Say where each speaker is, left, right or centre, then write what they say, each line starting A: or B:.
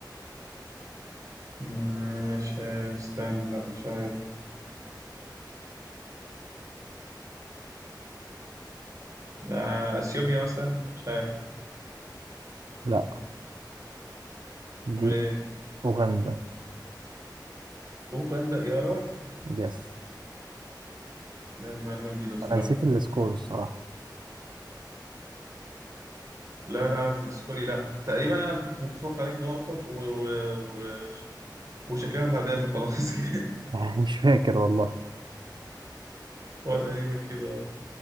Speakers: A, on the right (about 45°); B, on the right (about 75°).
A: مش استنى لا مش عارف آه، اثيوبيا مثلا مش عارف
B: لا
A: امال
B: دي
A: ايه
B: اوغندا
A: اوغندا يا راجل
B: يس
A: لا دي معلومه جديده بصراحه
B: انا نسيت السكور الصراحة
A: لا لا تسكولي لا تقريبا انا كنت متفوق عليك بنقطه و... و... و... وشكلنا اتعادلنا خلاص <laughs> كده
B: <laughs> مش فاكر والله
A: هو تقريبا كده